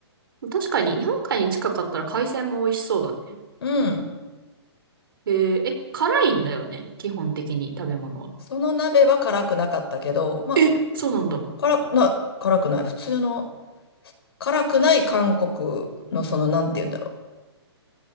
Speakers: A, on the right (about 55°); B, on the left (about 60°).
A: 確かに、日本海に近かったら海鮮も美味しそうだね。
B: うん。
A: えーえ、辛いんだよね。基本的に食べ物は。
B: その鍋は辛くなかったけど、まあ、
A: え、そうなんだ。
B: 辛、な、辛くない。普通の、辛くない韓国のその、なんて言うんだろう。